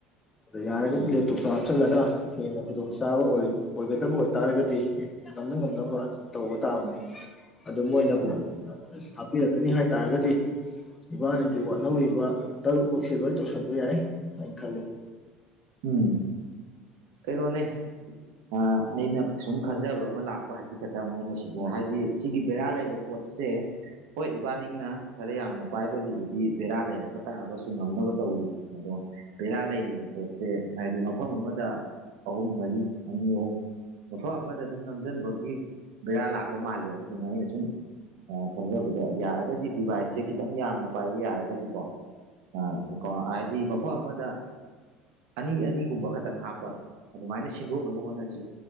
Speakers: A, on the left; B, on the right.
A: ꯑꯗꯣ ꯌꯥꯔꯒꯗꯤ
B: ꯎꯝ
A: ꯂꯦꯇꯣꯞꯇꯣ ꯍꯥꯞꯆꯜꯂꯒ ꯍꯦꯟꯅ ꯈꯨꯗꯣꯡ ꯆꯥꯕ ꯑꯣꯏꯒꯗꯕ ꯑꯣꯏ ꯑꯣꯏꯇꯥꯔꯒꯗꯤ ꯉꯝꯅ ꯉꯝꯅꯕ ꯗꯨꯝ ꯇꯧꯕ ꯇꯥꯕꯅꯤ ꯑꯗꯨ ꯃꯣꯏꯅꯕꯨ
B: ꯎꯝ
A: ꯍꯥꯞꯄꯤꯔꯛꯀꯅꯤ ꯍꯥꯏꯇꯥꯔꯒꯗꯤ ꯏꯕꯥꯅꯤꯒꯤ ꯋꯥꯠꯍꯧꯔꯤꯕ ꯇꯔꯨꯛꯃꯛꯁꯦ ꯂꯣꯏ ꯇꯧꯁꯤꯟꯕ ꯌꯥꯏ ꯍꯥꯏꯅ ꯈꯜꯂꯤ
B: ꯎꯝ ꯀꯩꯅꯣꯅꯦ ꯑ ꯑꯩꯅ ꯁꯨꯝ ꯈꯟꯖꯕ ꯑꯃ ꯂꯥꯛꯄ ꯍꯥꯖꯤꯛ ꯈꯛꯇꯥ ꯃꯣꯏꯅ ꯁꯤꯗ ꯍꯥꯏꯗꯤ ꯁꯤꯒꯤ ꯕꯦꯔꯥ ꯂꯩꯕ ꯄꯣꯠ ꯁꯦ ꯍꯣꯏ ꯏꯕꯥꯅꯤꯅ ꯈꯔ ꯌꯥꯝꯅ ꯄꯥꯏꯕꯒꯤꯕꯨꯗꯤ ꯕꯦꯔꯥ ꯂꯩꯔꯕ ꯇꯥꯔꯒꯁꯨ ꯉꯝꯅꯕ ꯇꯧ ꯔꯤ ꯑꯗꯣ ꯕꯦꯔꯥ ꯂꯩꯔꯤꯕ ꯄꯣꯠ ꯁꯦ ꯍꯥꯏꯗꯤ ꯃꯐꯝ ꯑꯃꯗ ꯑꯍꯨꯝ ꯃꯔꯤ ꯑꯅꯤ ꯑꯍꯨꯝ ꯃꯐꯝ ꯑꯃꯗ ꯑꯗꯨꯝ ꯅꯝꯁꯤꯟꯕꯒꯤ ꯕꯦꯔꯥ ꯂꯥꯛꯄ ꯃꯥꯜꯂꯦ ꯑꯗꯨꯗꯨꯅ ꯑꯩꯅ ꯁꯨꯝ ꯑꯥ ꯈꯟꯖꯕꯗ ꯑꯗꯣ ꯌꯥꯔꯒꯗꯤ ꯗꯤꯚꯥꯏꯁꯁꯦ ꯈꯤꯇꯪ ꯌꯥꯝꯅ ꯄꯥꯏꯕ ꯌꯥꯔꯒꯗꯤꯀꯣ ꯑꯥ ꯍꯥꯏꯗꯤ ꯃꯐꯝ ꯑꯃꯗ ꯑꯅꯤ ꯑꯅꯤꯒꯨꯝꯕ ꯈꯛꯇꯪ ꯍꯥꯞꯄ ꯑꯗꯨꯃꯥꯏꯅ ꯁꯤꯟꯗꯣꯛꯅꯕ ꯍꯣꯠꯅꯁꯤ